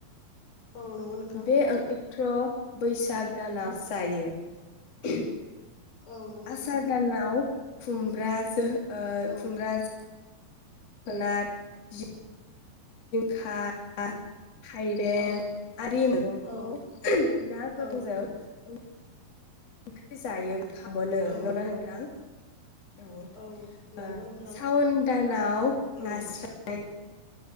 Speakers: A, on the left (about 70°); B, on the left (about 45°).
A: औ नंगौ नोंथां
B: बे ओं थ्र' बैसाग दानाव जायो <unintelligible>
A: औ नंगौ नोंथां
B: आसार दानाव खुमब्राजो ओ
A: औ
B: खुमब्राजो जोगोनार, जिं खा, थाइबें
A: औ
B: आरि मैगंखौ
A: औ
B: ना गोथांजों
A: औ
B: <unintelligible> ओंख्रि जायो गोथाव मोनो
A: औ
B: ना नोंथां? औ ओ
A: नंगौ नोंथां
B: सावन दानाव
A: औ औ
B: नास्राय